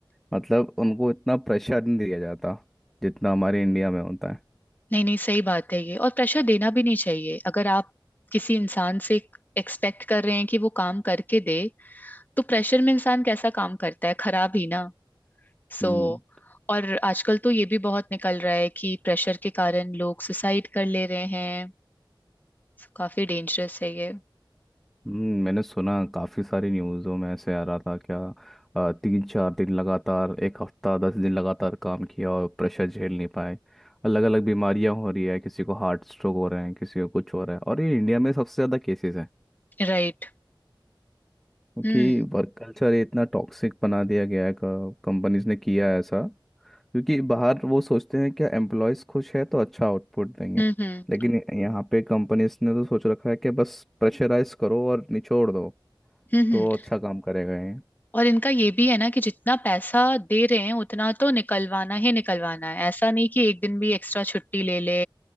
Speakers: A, in the centre; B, on the left.
A: मतलब उनको इतना प्रेशर नहीं दिया जाता जितना हमारे इंडिया में होता है
B: नहीं नहीं सही बात है ये और प्रेशर देना भी नहीं चाहिए अगर आप किसी इंसान से एक्सपेक्ट कर रहे हैं कि वो काम करके दे तो प्रेशर में इंसान कैसा काम करता है खराब ही ना सो
A: हम्म
B: और आजकल तो ये भी बहुत निकल रहा है कि प्रेशर के कारण लोग सुसाइड कर ले रहे हैं so, काफी डेंजरस है ये
A: हम्म, मैंने सुना काफ़ी सारी न्यूज़ों में ऐसे आ रहा था क्या अ, तीन चार दिन लगातार एक हफ्ता दस दिन लगातार काम किया और प्रेशर झेल नहीं पाए अलग अलग बीमारियां हो रही है किसी को हार्ट स्ट्रोक हो रहे हैं किसी को कुछ हो रहा है और ये इंडिया में सबसे ज़्यादा केसेस हैं
B: राइट
A: क्योंकि
B: हम्म
A: वर्क कल्चर इतना टॉक्सिक बना दिया गया है कंपनीज ने किया है ऐसा क्योंकि बाहर वो सोचते हैं क्या एम्प्लॉयज खुश है तो अच्छा आउटपुट देंगे
B: हम्म हम्म
A: लेकिन यहाँ पे कंपनीज ने तो सोच रखा है कि बस प्रेशराइज करो और निचोड़ दो
B: हम्म
A: तो
B: हम्म।
A: अच्छा काम करेगा ये
B: और इनका ये भी है ना कि जितना पैसा दे रहे हैं उतना तो निकलवाना ही निकलवाना है ऐसा नहीं कि एक दिन भी एक्स्ट्रा छुट्टी ले ले